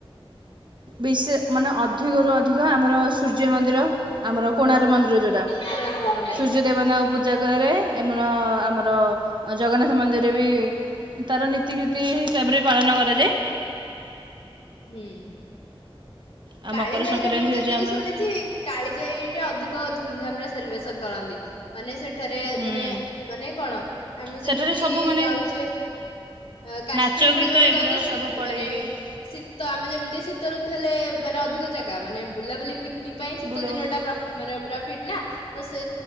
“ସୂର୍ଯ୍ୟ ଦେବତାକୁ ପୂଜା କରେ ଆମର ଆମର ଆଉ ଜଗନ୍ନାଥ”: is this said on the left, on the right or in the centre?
Right